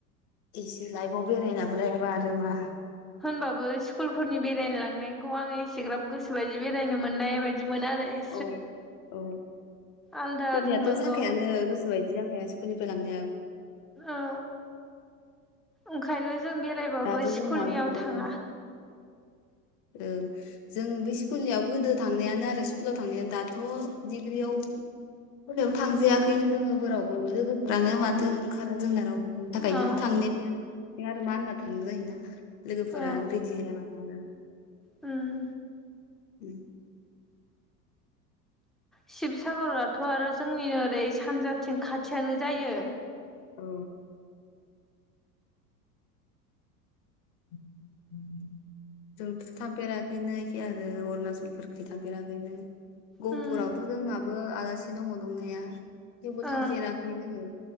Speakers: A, on the left; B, in the centre.
A: एसे लाइफआव बेरायनाबोलाय मा आरो मा
B: होनबाबो स्कुलफोरनि बेरायनो लांनायखौ आङो एसेग्राब गोसो बायदि बेरायनो मोननाय बायद दि मोना आरो इ
A: औ औ
B: आलदा
A: खुनियाथ'
B: थांनांगौ
A: जाखायानो गोस सो बायदि जाखाया स्कुलनिफ्राय लांनाया
B: औ ओंखायनो जों बेरायबाबो
A: दाथ'
B: स्कुलनियाव
A: जोंना
B: थाङा।
A: औ औ जों बे स्कुलनियाव गोदो थांनायानो आरो स्कुलाव थांनायानो दाथ' डिग्रियाव फोरनियाव थांजायाखैनो जोङो बोरावबो लोगोफोरानो माथो ओंखारा जोंना राव ओ बेनि थाखायनो
B: औ
A: थांनायानो जाया बे आरो मा होनना थांनो जायोना लोगोफोरा
B: औ
A: रेडि जायाबा नंगो
B: उम
A: उम
B: शिबसागराथ' आरो जोंनि ओरै सानजाथिं खाथियानो जायो।
A: औ <inaudible> जोंथ थांफेराखैनो एखे आरो अरुणाचलफोरखि थांफेराखैनो गहपुरावथ'
B: उम
A: जोङाबो आलासि दङ दंनाया थेवबो
B: ओं
A: थांफेरा जोङो